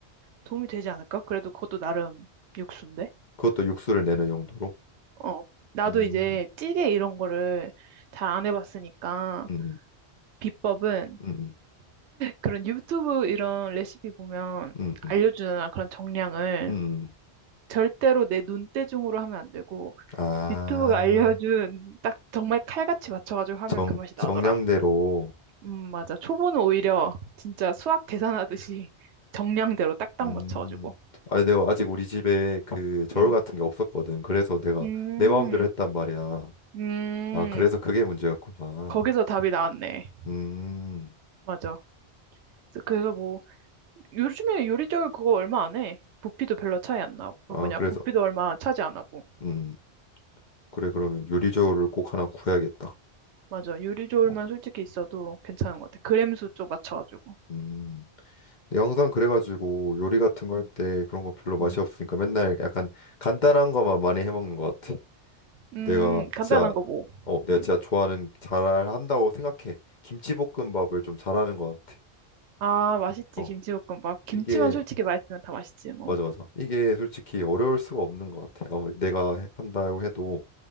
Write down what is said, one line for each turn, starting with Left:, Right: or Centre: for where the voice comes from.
Right: 도움이 되지 않을까? 그래도 그것도 나름 육수인데.
Left: 그것도 육수를 내는 용도로.
Right: 어. 나도
Left: 음,
Right: 이제 찌개 이런 거를 잘 안 해봤으니까
Left: 음,
Right: 비법은
Left: 음,
Right: 그런 유튜브 이런 레시피 보면
Left: 음, 음,
Right: 알려주잖아. 그런 정량을.
Left: 음.
Right: 절대로 내 눈대중으로 하면 안 되고
Left: 아,
Right: 유튜브가 알려준 딱 정말 칼같이 맞춰가지고 하면
Left: 정
Right: 그 맛이
Left: 정량대로.
Right: 나더라. 음, 맞아. 초보는 오히려 진짜 수학 계산하듯이 <laughs> 정량대로 딱딱
Left: 음.
Right: 맞춰가지고.
Left: 아니 내가 아직 우리 집에 그 저울
Right: 음,
Left: 같은 게 없었거든. 그래서 내가
Right: 음,
Left: 내 마음대로 했단 말이야.
Right: 음.
Left: 아, 그래서 그게 문제였구나.
Right: 거기서 답이 나왔네.
Left: 음.
Right: 맞아. 그래서, 그래서 뭐 요즘에 요리조리 그거 얼마 안 해. 부피도 별로 차이 안 나고
Left: 아,
Right: 그 뭐냐
Left: 그래서
Right: 부피도 얼마 차지 안 하고
Left: 음. 그래 그러면 요리 저울을 꼭 하나 구해야겠다.
Right: 맞아 요리조리만
Left: 어.
Right: 솔직히 있어도 괜찮은 것 같아. 그램수 좀 맞춰가지고.
Left: 음. 근데 항상 그래가지고 요리 같은 거
Right: 음,
Left: 할 때 그런 거 별로 맛이
Right: 음,
Left: 없으니까 맨날 약간 간단한 거만 많이 해 먹는 것 같아.
Right: 음,
Left: 내가
Right: 간단한
Left: 진짜
Right: 거 뭐.
Left: 어, 내가
Right: 음.
Left: 진짜 좋아하는 잘한다고 생각해. 김치볶음밥을 좀 잘하는 것 같아.
Right: 아 맛있지
Left: 어.
Right: 김치볶음밥. 김치만
Left: 이게
Right: 솔직히 맛있으면 다 맛있지 뭐.
Left: 맞아 맞아. 이게 솔직히 어려울 수가 없는 것 같아. 아무리 내가 해- 한다고 해도